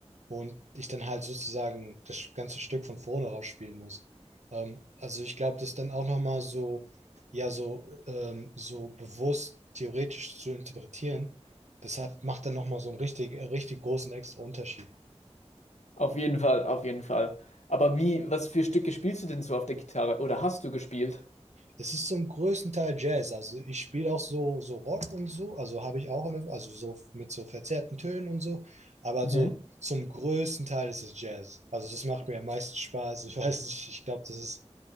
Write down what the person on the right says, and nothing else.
und ich dann halt sozusagen das ganze Stück von vorne raus spielen muss. Ähm, also ich glaube, das dann auch nochmal so, ja, so, ähm, so bewusst theoretisch zu interpretieren, das hat, macht dann nochmal so einen richtig, äh, richtig großen extra Unterschied.
Es ist zum größten Teil Jazz. Also ich spiele auch so, so Rock und so. Also habe ich auch, eine, also so mit so verzerrten Tönen und so. Aber
so zum größten Teil ist es Jazz. Also das macht mir am meisten Spaß. Ich <laughs> weiß nicht, ich glaube, das ist,